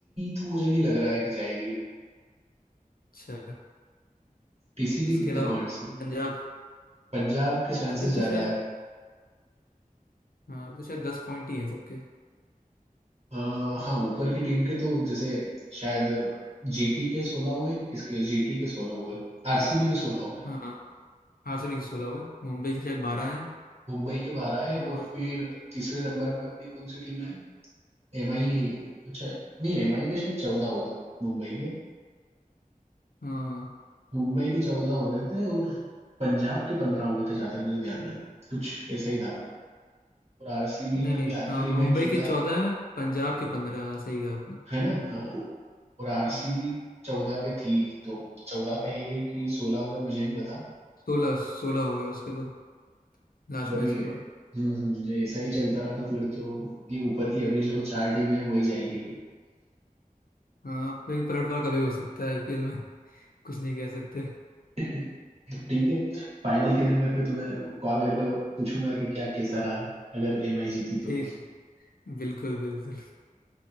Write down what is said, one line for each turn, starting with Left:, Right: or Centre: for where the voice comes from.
Right: तो मुझे नहीं लग रहा है कि जाएगी
Left: अच्छा
Right: डीसी के
Left: उसके
Right: कितने
Left: अलावा
Right: पॉइंट्स हैं
Left: पंजाब
Right: पंजाब के चांसेस
Left: अभी
Right: ज्यादा
Left: तो शायद
Right: है
Left: हाँ अभी तो शायद दस पॉइंट ही हैं सबके
Right: आ, हाँ ऊपर की टीम के तो जैसे शायद जीटी के सोलह हुए कि किसके जीटी के सोलह हुए आरसीबी के सोलह हुए
Left: हाँ आरसीबी के सोलह हुए मुंबई के शायद बारह हैं
Right: मुंबई के बारह है
Left: और
Right: और फिर तीसरे नंबर पे अपनी कौन सी टीम है एमआई ही है। अच्छा नहीं एमआई के शायद चौदह हो गए मुंबई के
Left: हाँ
Right: मुंबई के चौदह हो गए थे और पंजाब के पंद्रह हो गए थे जहाँ तक मुझे ध्यान है कुछ ऐसा ही था और आरसीबी
Left: नहीं
Right: ने
Left: नहीं
Right: भी आखिरी
Left: हाँ मुंबई
Right: मैच जीता
Left: के चौदह
Right: है
Left: है पंजाब के पंद्रह हाँ सही कहा आपने
Right: है ना हाँ और आरसीबी
Left: हम्म,
Right: चौदह पे थी तो चौदह पे है कि सोलह हो गए मुझे नहीं पता
Left: सोलह सोलह हो गए उसके तो लास्ट
Right: अगर
Left: मैच
Right: ये
Left: के बाद
Right: हम्म हम्म, ये ऐसा ही चलता रहा तो फिर तो ये ऊपर की अभी जो चार टीम है वही जाएगी भी
Left: हाँ भाई पलटवार कभी हो सकता है आईपीएल में कुछ नहीं कह सकते
Right: <laughs> ठीक है फाइनल के दिन मैं फिर तुम्हें कॉल करके पूछूंगा कि क्या कैसा रहा अगर एमआई जीती तो
Left: ठीक है बिल्कुल बिल्कुल